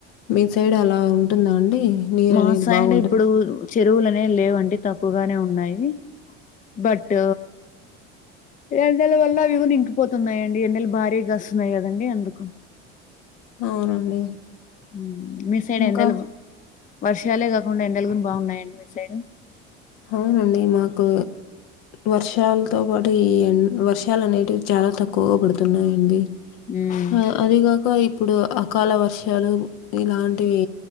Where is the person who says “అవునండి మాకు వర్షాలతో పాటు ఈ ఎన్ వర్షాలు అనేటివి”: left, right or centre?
Left